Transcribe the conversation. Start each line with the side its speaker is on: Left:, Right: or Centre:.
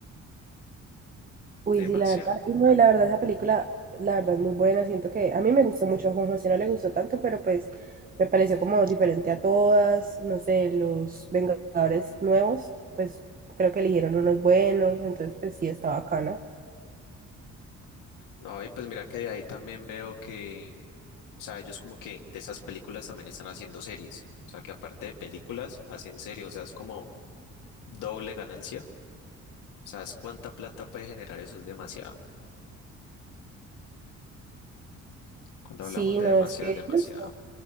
Right: Uy,
Left: demasiada.
Right: sí, la <laughs> verdad. Y no, y la verdad, esa película, la verdad, es muy buena. Siento que a mí me gustó mucho, a Juan José no le gustó tanto, pero pues me pareció como diferente a todas. No sé, los Vengadores nuevos, pues creo que eligieron unos buenos, entonces pues sí, está bacana.
Left: No, y pues mira que de ahí también veo que, o sea, ellos como que de esas películas también están haciendo series. O sea, que aparte de películas, hacen series. O sea, es como doble ganancia. ¿Sabes cuánta plata puede generar eso? Es demasiado. Cuando
Right: Sí,
Left: hablamos de
Right: no,
Left: demasiado,
Right: es que
Left: es demasiado.
Right: ellos.